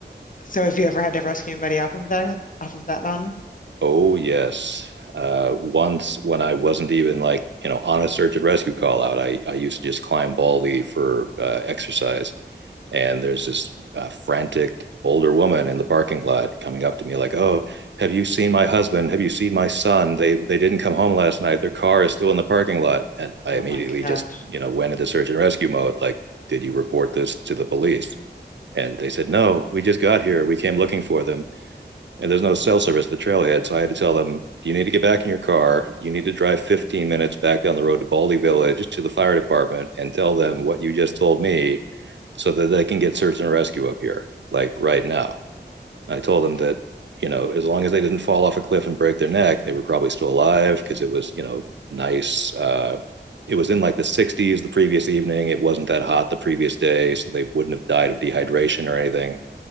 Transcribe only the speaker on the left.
so have you ever had to rescue anybody off of that off of that mountain?
Oh
my gosh.
Okay.